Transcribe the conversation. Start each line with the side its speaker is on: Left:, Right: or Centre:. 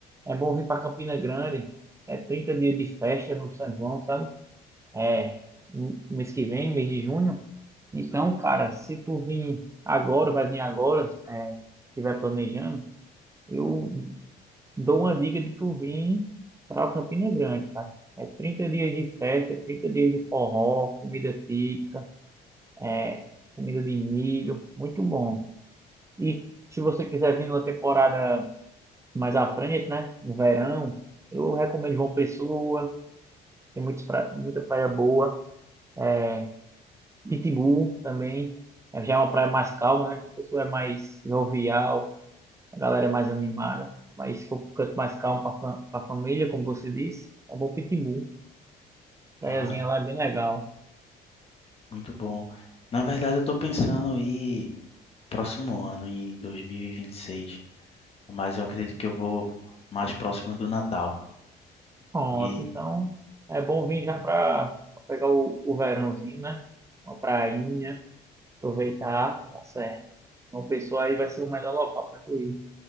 Right: é bom vir pra Campina Grande. É 30 dias de festa no São João, sabe? É no mês que vem, mês de junho. Então, cara, se tu vir agora, vai vir agora, é, se tiver planejando, eu dou uma dica de tu vir para Campina Grande, cara. É 30 dias de festa, é 30 dias de forró, comida típica, é, comida de milho, muito bom. E se você quiser vir numa temporada mais à frente, né, no verão, eu recomendo João Pessoa, tem muitos pra- muita praia boa, é, Pitbull também, é, já é uma praia mais calma, né, João Pessoa é mais jovial, a galera é mais animada, mas se for um canto mais calmo para a família, como você disse, é bom Pitbull. praiazinha
Left: Ah,
Right: lá é bem legal.
Left: muito bom. Na verdade, eu tô pensando em ir próximo ano, em 2026, mas eu acredito que eu vou mais próximo do Natal.
Right: Pronto,
Left: E
Right: então é bom vir já para pegar o, o verãozinho, né? Uma prainha, aproveitar, tá certo. Uma pessoa aí vai ser o melhor local para tu ir.